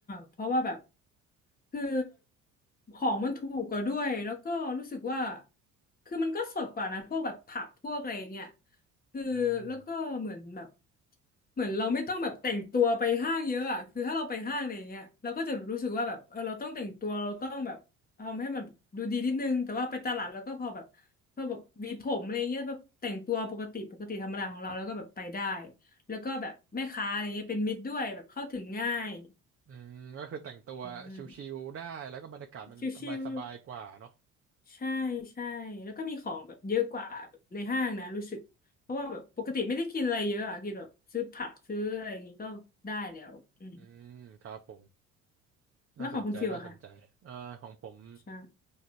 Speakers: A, on the left; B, on the right.
A: เพราะว่าแบบคือของมันถูกกว่าด้วยแล้วก็รู้สึกว่าคือมันก็สดกว่านะพวกแบบผักพวกอะไรอย่างเงี้ยคือแล้วก็เหมือนแบบ
B: อืม
A: เหมือนเราไม่ต้องแบบแต่งตัวไปห้างเยอะอ่ะคือถ้าเราไปห้างอะไรอย่างเงี้ยเราก็จะรู้สึกว่าแบบเออเราต้องแต่งตัวเราต้องแบบทำให้มันดูดีนิดนึงแต่ว่าไปตลาดแล้วก็พอแบบพอแบบหวีผมอะไรเงี้ยแบบแต่งตัวปกติปกติธรรมดาของเราแล้วก็แบบไปได้แล้วก็แบบแม่ค้าอะไรเงี้ยเป็นมิตรด้วยแบบเข้าถึงง่าย
B: อืมก็คือแต่งตัวชิลๆได้แล้วก็บรรยากาศมันสบายๆกว่าเนาะ
A: อืมชิวๆ ใช่ใช่แล้วก็มีของแบบเยอะกว่าแบบในห้างนะรู้สึกเพราะว่าแบบปกติไม่ได้กินอะไรเยอะอะกินแบบซื้อผักซื้ออะไรอย่างงี้ก็ได้แล้วอืม
B: อืมครับผม
A: แล้วของคุณฟิลอะค่ะ
B: น่าสนใจน่าสนใจอ่าของผม
A: ใช่